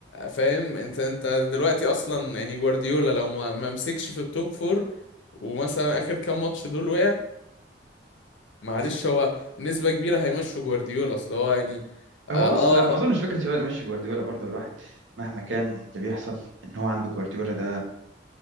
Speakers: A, on the left (about 85°); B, on the right (about 80°).
A: فاهم انت انت دلوقتي اصلا يعني جوارديولا لو ما ما مسكش في التوب فور ومثلا اخر كام ماتش دول وقع معلش هو بنسبة كبيرة هيمشوا جوارديولا اصل هو يعني
B: هو
A: اه
B: بص
A: اه
B: لا ما اظنش فكرة يمشي جوارديولا برضه الواحد مهما كان اللي بيحصل ان هو عنده جوارديولا ده